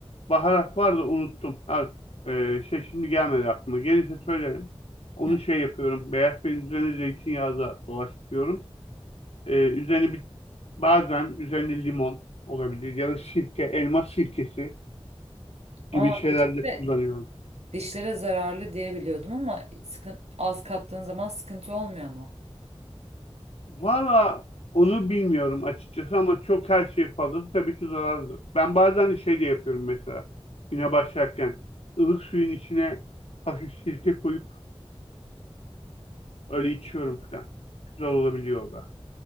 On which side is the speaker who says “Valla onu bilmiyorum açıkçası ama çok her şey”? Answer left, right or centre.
Left